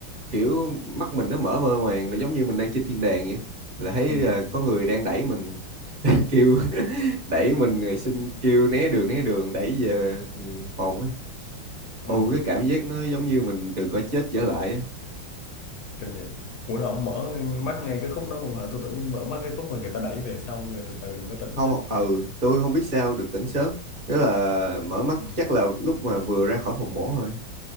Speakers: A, on the right (about 30°); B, on the left (about 80°).
A: kiểu mắt mình nó mở mơ màng là giống như mình đang trên thiên đàng vậy là thấy
B: Ừ,
A: là
B: ừ, ừ.
A: có người đang đẩy mình <laughs> kêu <laughs> đẩy mình rồi xin kêu né đường né đường đẩy về phòng ấy ồ
B: ừ.
A: cái cảm giác nó giống như mình từ cõi chết trở lại á
B: kinh vậy ủa là ông mở mắt ngay cái khúc đó luôn hả tôi tưởng mở mắt cái khúc mà người ta đẩy về xong rồi từ từ rồi mới tỉnh
A: không
B: chứ
A: ừ tôi không biết sao được tỉnh sớm tức là mở mắt
B: ừ.
A: chắc là lúc mà vừa ra khỏi phòng mổ thôi